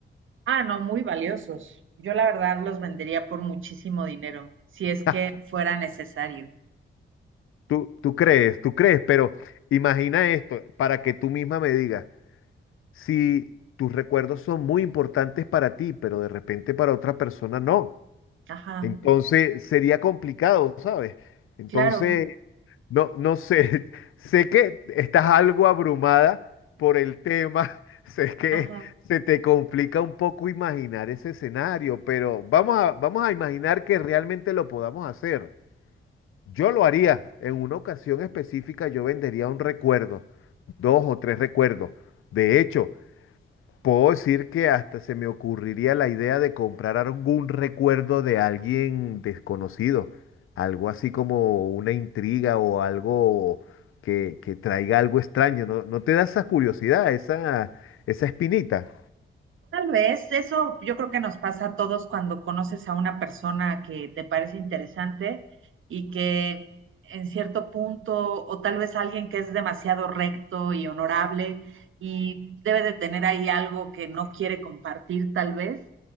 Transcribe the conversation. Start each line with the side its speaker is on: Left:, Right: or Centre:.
Right: Ah, no, muy valiosos. Yo la verdad los vendería por muchísimo dinero, si es que
Left: <laughs>
Right: fuera necesario.
Left: Tú, tú crees, tú crees, pero imagina esto para que tú misma me digas, si tus recuerdos son muy importantes para ti, pero de repente para otra persona no,
Right: Ajá,
Left: entonces sería complicado, ¿sabes? Entonces...
Right: claro,
Left: No, no sé, <laughs> sé que estás algo abrumada por el tema, <laughs> sé que
Right: ajá.
Left: se te complica un poco imaginar ese escenario, pero vamos a, vamos a imaginar que realmente lo podamos hacer. Yo lo haría, en una ocasión específica yo vendería un recuerdo, dos o tres recuerdos. De hecho, Puedo decir que hasta se me ocurriría la idea de comprar algún recuerdo de alguien desconocido, algo así como una intriga o algo que, que traiga algo extraño. ¿No, no te da esa curiosidad, esa, esa espinita?
Right: Tal vez eso yo creo que nos pasa a todos cuando conoces a una persona que te parece interesante y que en cierto punto, o tal vez alguien que es demasiado recto y honorable y debe de tener ahí algo que no quiere compartir, tal vez.